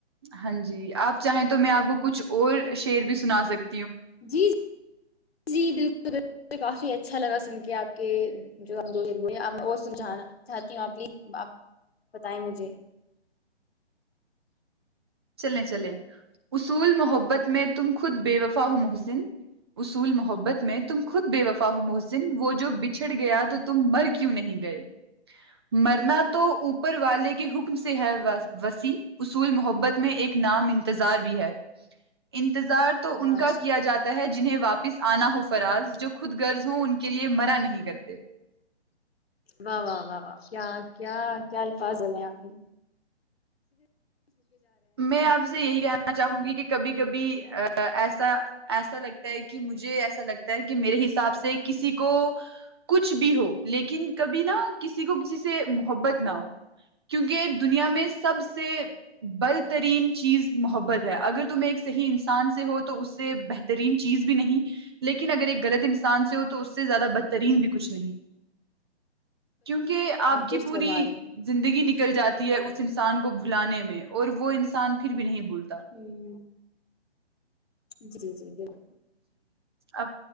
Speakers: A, on the right; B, on the left.
A: ہاں جی آپ چاہے تو میں آپ
B: بالکل
A: کو کچھ اور شیر بھی سنا سک ہیں
B: جی جی جی بالکل بالکل کافی اچ اچھا لگا سن کے آپ کے جو ہم دو وہ ہیں آپ اور سن چانا چاہتی ہوں آپ پلیز آپ بتائیں مجھے
A: چلیں چلیں اصول محبت محبت میں تم خود بے وفا ہو محسن اصول محبت میں تم خود بے وفا ہو محسن وہ جو بچھڑ گیا تو تم مر کیوں نہیں گئے مرنا تو اوپر والے کے حکم سے ہے وسیع اصول محبت میں ایک نام انتظار بھی ہے ان انتظار تو
B: ماش
A: ان کا کیا جاتا ہے جو اننہیں واپس آنا ہو فراز جو خود غرض ہووں ان کے لیے مرا نہیں کرتے
B: واہ واہ و و کیا کیا کیا الفاظ بے آپے
A: میں آپ سے یہی کہنا چاہوں گی کہ کبھی کبھی ایسا ایسا لگتا ہے کہ مجھے ایسا لگتا ہے کہ میرے حساب سے کسی کو کچھ بھی ہو لیکن کبھی نہا کسی کو کسی سے محبت نہ ہو کیونکہ دنیا میں سب سے بل بدترین چیز محبت ہے اگر تم ایک صحیح انسان سے ہو تو اس سے بہترین چیز بھی نہیں لیکن اگر ایک غلط انسان سے ہو تو اس سے زیادہ بدترین بھی کچھ نہیں کیونکہ آپ
B: درست
A: کی پوری
B: فرما رہے
A: زندگی نکل جاتی ہے اس انسان کو گھلانے میں اور وہ انسان آسان پھر بھی نہیں بول
B: ہوں جی جی بالک
A: آپ